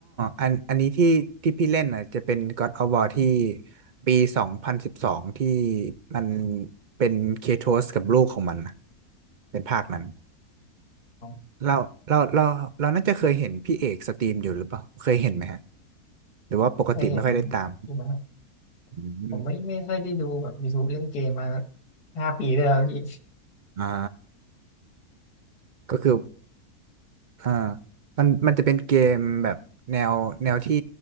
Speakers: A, on the right; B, on the left.
A: อันอันนี้ที่ที่พี่เล่นอ่ะจะเป็น God of War ที่ปีสองพันสิบสองที่มันเป็นเคโทสกับลูกของมันนะเป็นภาคนั้น
B: อ๋อ
A: เราเราเราเราน่าจะเคยเห็นพี่เอกสตรีมอยู่หรือเปล่าเคยเห็นไหมฮะหรือว่าปกติไม่ค่อยได้ตาม
B: เคยเห็นอยู่นะครับ
A: อืม
B: ผมไม่ไม่ค่อยได้ดูแบบ YouTube เล่นเกมมาห้าปีเลยครับพี่
A: อ่าก็คืออ่ามันมันจะเป็นเกมแบบแนวแนวที่